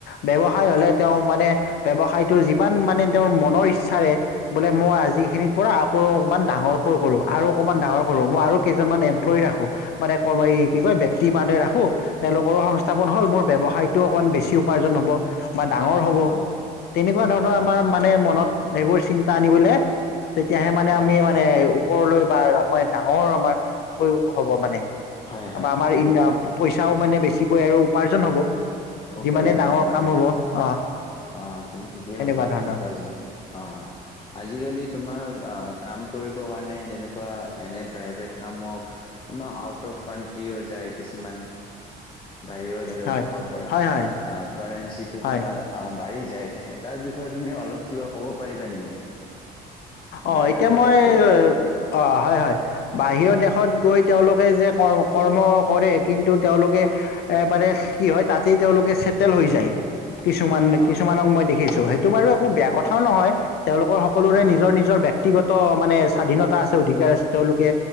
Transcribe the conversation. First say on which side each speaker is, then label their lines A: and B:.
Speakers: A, on the left (about 70°); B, on the left (about 30°).
A: ব্যৱসায় হলে তেওঁ মানে ব্যৱসায়ত তেওঁ যিমান মানে তেওঁৰ মনৰ ইচ্ছা বিচাৰে বোলে মই আজি খিনিত পৰা আকৌ অকমান ডাঙৰকৈ কৰোঁ আৰু অকণমান ডাঙৰ কৰোঁ মই আৰু কেইজনমান এমপ্লেয় ৰাখো মানে ক কি
B: অহ
A: কয় ব্যক্তি মানে ৰাখো তেওঁলোকৰো সংস্থাপন হল মোৰ ব্যৱসায়তো অকমান বেছি উপাৰ্জন হ'ব বা ডাঙৰ হ'ব
B: অহ
A: তেনেকুৱা ধৰণৰ আমাৰ
B: অহ
A: মানে মনত এইবোৰ চিন্তা আনিবলৈ, তেতিয়াহে মানে
B: অহ
A: আমি মানে ওপৰলৈ বা আৰু মই ডাঙৰ আমাৰ হ'ব মানে
B: হয় হয়
A: বা আমা আমাৰ
B: হয়
A: পইচাও মানে বেছি কৈ আৰু' উপাৰ্জন হ'ব
B: অ ' উপাৰ্জন
A: যিমানে ডাঙৰ
B: হ'ব
A: কাম
B: হয়
A: অ
B: অ ' তুমি ঠিকেই
A: সেনেকুৱা
B: ক'লা
A: ধৰণৰ
B: উপাৰ্জন অ 'আজিকালি তোমাৰ। কাম কৰিবৰ কাৰণে যেনেকুৱা এনে প্ৰাইভেট কাম হঁ ওখ মানে আউট অফ কাণ্ট্ৰিও যায় কিছুমান বাহিৰৰ -বাহিৰৰ
A: হয়
B: দেশৰ পৰা
A: হয় হয়
B: কাৰেঞ্চিটো
A: হয়
B: তোমাৰ আহ বাঢ়ি যায় তাৰ বিষয়ে তুমি অলপ কিবা ক'ব পাৰিবা নেকি?
A: অ
B: বাহিৰৰ
A: এতিয়া
B: দেশত
A: মই
B: যোৱা
A: অ হয় হয় বাহিৰৰ দেশ দেশত গৈ তেওঁলোকে যে কৰ্ম কৰে। কিন্তু তেওঁলোকে এ মানে কি হয় তাতেই তেওঁলোকে চেক তেল হৈ যায়। কিছুমান
B: অ
A: কিছুমানক মই দেখিছো সেই। তোমাৰো বেয়া কথাও নহয়, তেওঁলোকৰ সকলোৰে
B: অ
A: নিজ ব্যক্তিগত মানে স্বাধীনতা আছে। অধিকাৰ আছে তেওঁলোকে